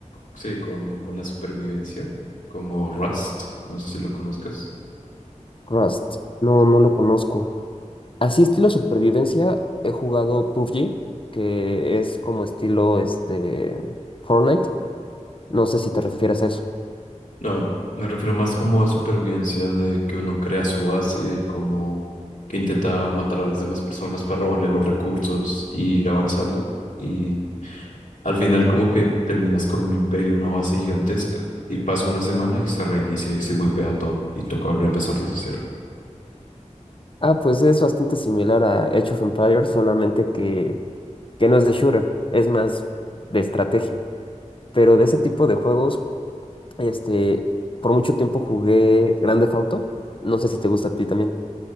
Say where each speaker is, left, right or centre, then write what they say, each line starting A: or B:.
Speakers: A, on the left; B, on the left.
A: sí, como con la supervivencia, como Rust, no sé si lo conozcas.
B: Rust, no, no lo conozco. Así estilo supervivencia, he jugado PUBG, que es como estilo este Fortnite. No sé si te refieres a eso.
A: No, me refiero más como a supervivencia de que uno crea su base, como que intenta matar a las demás personas para robarle los recursos y ir avanzando. Y al final como que terminas con un imperio, una base gigantesca, y pasa una semana y se reinicia y se wipea todo y toca volver a empezar desde cero.
B: Ah, pues es bastante similar a Age of Empires, solamente que, que no es de shooter, es más de estrategia. Pero de ese tipo de juegos, este, por mucho tiempo jugué Grande Theft Auto. No sé si te gusta a ti también.